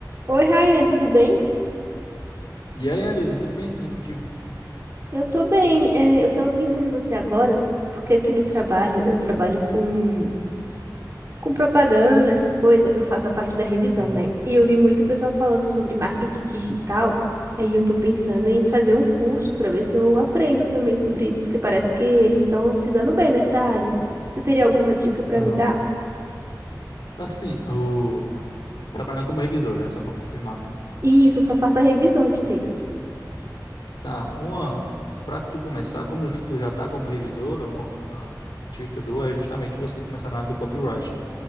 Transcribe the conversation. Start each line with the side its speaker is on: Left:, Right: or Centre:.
Right: Oi, Ryan, tudo bem?
Left: E aí, Andresa, tudo bem sim contigo?
Right: Eu tô bem. É, eu tava pensando em você agora, porque aqui no trabalho eu trabalho com, com propaganda, essas coisas. Eu faço a parte da revisão,
Left: Uhum.
Right: né? E eu vi muito pessoal falando sobre marketing digital. Aí eu tô pensando em fazer um curso pra ver se eu aprendo também sobre isso, porque parece que eles estão se dando bem nessa área. Você teria alguma dica pra
Left: Aham.
Right: me dar?
Left: Assim, o... trabalhando como revisora, né? Só para confirmar.
Right: Isso, eu só faço a revisão de texto.
Left: Tá, uma. Para tu começar, como tu já tá como revisora, uma dica que eu dou é justamente você começar na área do copywriting.